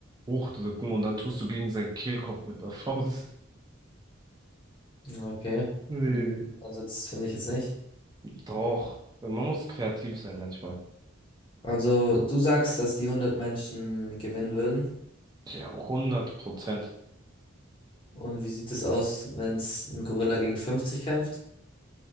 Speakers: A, on the right (about 20°); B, on the left (about 25°).
A: hochdrücken und dann tust du gegen seinen Kehlkopf mit der <laughs> Faust.
B: Okay.
A: Nee.
B: Hm, Also, das finde ich jetzt nicht.
A: Doch, man muss kreativ sein manchmal.
B: Also, du sagst, dass die 100 Menschen gewinnen würden.
A: Ja, hundert Prozent.
B: Und wie sieht es aus, wenn es ein Gorilla gegen 50 kämpft?